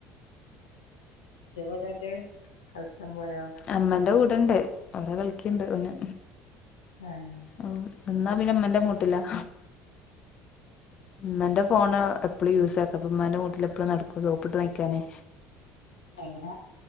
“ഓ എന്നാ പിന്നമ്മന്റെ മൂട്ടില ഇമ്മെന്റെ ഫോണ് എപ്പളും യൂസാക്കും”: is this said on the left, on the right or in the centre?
Left